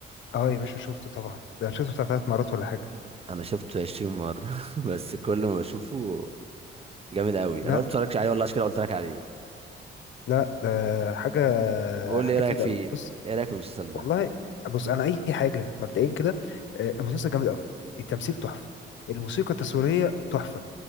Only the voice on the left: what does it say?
اه يا باشا شفته طبعا ده انا شفته بتاع ثلاث مرات ولا حاجه
لا
لا ده حاجه
حاجه
تقيله
قوي بص
والله بص انا اي حاجه مبدئيا كده آه، المسلسل جامد قوي التمثيل تحفه الموسيقى التصويريه تحفه